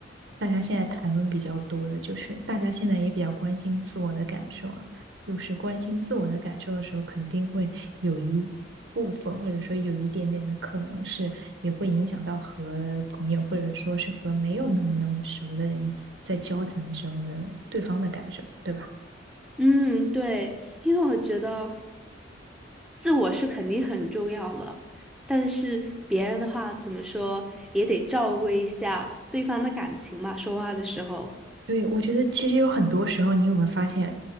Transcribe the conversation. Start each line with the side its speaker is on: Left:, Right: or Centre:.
Right: 大家现在谈论比较多的，就是大家现在也比较关心自我的感受了。就是关心自我的感受的时候，肯定会有一部分，或者说有一点点的可能是，也会影响到和朋友，或者说是和没有那么那么熟的人在交谈的时候的对方的感受，对吧？
Centre: 嗯，对，因为我觉得自我是肯定很重要的，但是别人的话怎么说也得照顾一下对方的感情嘛，说话的时候。
Right: 对，我觉得其实有很多时候，你有没有发现，